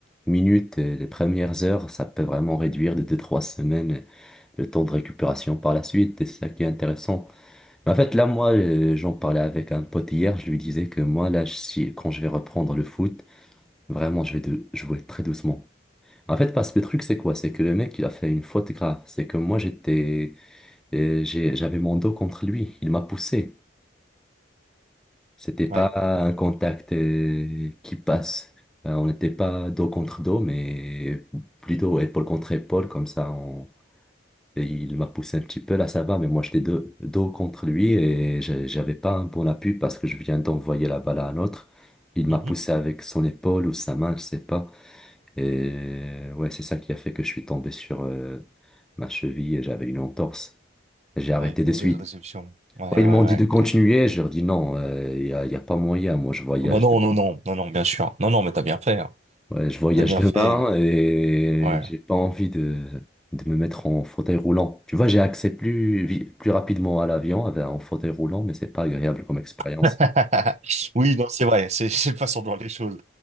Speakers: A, in the centre; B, on the right.
A: minutes, et les premières heures, ça peut vraiment réduire de deux-trois semaines euh, le temps de récupération par la suite, et c'est ça qui est intéressant. Mais en fait, là, moi, euh, j'en parlais avec un pote hier, je lui disais que moi, là, je- si, quand je vais reprendre le foot, vraiment, je vais de- jouer très doucement. En fait, parce que le truc, c'est quoi? C'est que le mec, il a fait une faute grave. C'est que moi, j'étais, euh, j'ai- j'avais mon dos contre lui, il m'a poussé. C'était pas
B: Ouais.
A: un contact euh, qui passe. Euh, on n'était pas dos contre dos, mais plutôt épaule contre épaule, comme ça. On... et il m'a poussé un petit peu, là ça va, mais moi j'étais dos, dos contre lui et j'a- j'avais pas un bon appui parce que je viens d'envoyer la balle à un autre. Il
B: Mhm.
A: m'a poussé avec son épaule ou sa main, je sais pas. Et ouais, c'est ça qui a fait que je suis tombé sur euh, ma cheville et j'avais une entorse. J'ai arrêté
B: Ouais, une mauvaise
A: de suite.
B: réception. Ouais,
A: Ils
B: ouais, ouais,
A: m'ont dit de continuer,
B: ouais.
A: je leur dis non, euh, il n'y a, y a pas moyen, moi je voyage.
B: Ah Bah non, non, non, non, non, bien sûr. Non, non, mais t'as bien fait. hein.
A: Ouais, je voyage
B: T'as bien
A: demain
B: fait.
A: et
B: Ouais.
A: j'ai pas envie de, de me mettre en fauteuil roulant. Tu vois, j'ai accès plus, vi- plus rapidement à l'avion avec en fauteuil roulant, mais c'est pas agréable comme expérience.
B: <laughs> Oui, non, c'est vrai, c'est <laughs> c'est une façon de voir les choses.